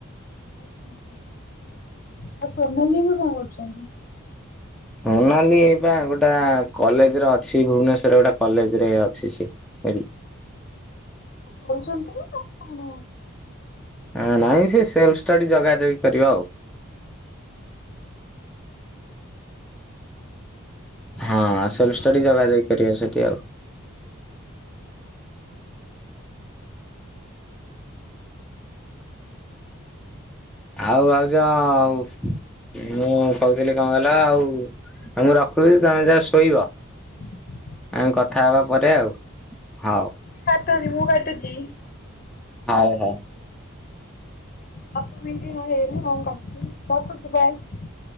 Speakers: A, on the left (about 45°); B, in the centre.
A: ବାଇକି କି କି <unintelligible> ଆଉ ସୋନାଲି ଏବେ କଣ କରୁଚନ୍ତି?
B: ସୋନାଲି ଏଇ ପା ଗୋଟା କଲେଜରେ ଅଛି। ଭୁବନେଶ୍ଵରରେ ଗୋଟେ କଲେଜରେ ଅଛି ସେ। ହେଇଠି
A: କରଛନ୍ତି, ନା କଣ
B: ହ ନାଇଁ, ସେ ସେଲ୍ଫ ଷ୍ଟାଡି ଯଗାଯଗି କରିବ ଆଉ। ହଁ
A: ହ କଷ୍ଟ
B: ସେଲ୍ଫ ଷ୍ଟଡି
A: <unintelligible>
B: ଜଗା ଜଗି କରିବ ସେଠି ଆଉ। ଆଉ ଆଉଚ ଆଉ। ମୁଁ କହୁଥିଲି କଣ କହିଲ ଆଉ? ଆଉ ମୁଁ ରଖୁଚି ତମେ ଯାଅ ଶୋଇବ।
A: ହ
B: ଆମେ କଥା ହବା ପରେ ଆଉ। ହଉ।
A: କାଟନି, ମୁଁ କାଟୁଚି।
B: ହଉ, ହଉ।
A: ଆ ମିତି ନା ହେଲେ ହଁ କଛିି ରଖୁଛି ବାାଇ <unintelligible>